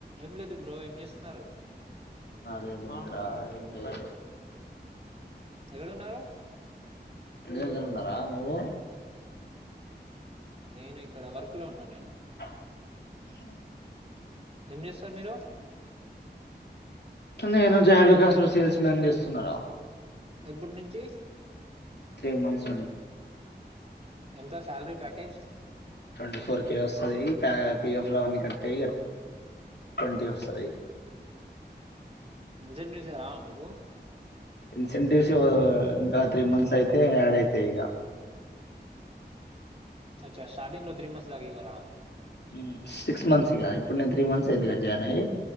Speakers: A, on the right; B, on the left.
A: ఏం లేదు బ్రో ఏం చేస్తున్నారు
B: అదే ముద్ర <inaudible> <inaudible>
A: ఎక్కడున్నారు
B: ఇంటి దగ్గర ఉన్నారా నువ్వు
A: నేను ఇక్కడ వర్క్ లో ఉన్నా నేను
B: ఉమ్ హమ్
A: ఏం చేస్తారు మీరు
B: నేను జోయలుకాస్ లో సేల్స్ మ్యాన్ చేస్తున్నారా
A: ఎప్పుటి నుంచి
B: త్రీ మంత్స్ నుంచి
A: ఎంత salary package
B: twenty four K ఒస్తది ప్యా పిఎఫ్ లు అవన్నీ కట్ అయి అట్ టొన్టీ ఒస్తది
A: ఇన్సెంటివ్స్ లేవా మికూ
B: ఇన్సెంటివ్స్ ఇంకా త్రీ మంత్స్ అయితే యాడ్ అయితై ఇగ
A: అచ్చ స్టాటింగ్లో త్రీ మంత్స్ దాక్ ఇవ్వరా
B: ఊ సిక్స్ మంత్స్గా ఇప్పుడు నేను త్రీ మంత్స్ అయింది గా జాయిన్ అయ్యి